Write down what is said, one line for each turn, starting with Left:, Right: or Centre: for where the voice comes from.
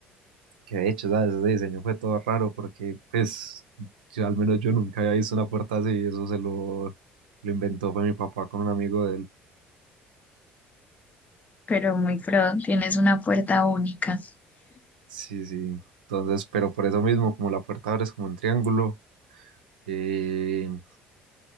Right: Que de hecho, ¿sabes? Ese diseño fue todo raro porque pues yo, al menos yo nunca había visto una puerta así y eso se lo, lo inventó fue mi papá con un amigo de él.
Left: pero muy pro, tienes una puerta única.
Right: Sí, sí. Entonces, pero por eso mismo, como la puerta abre es como en triángulo. Eh, o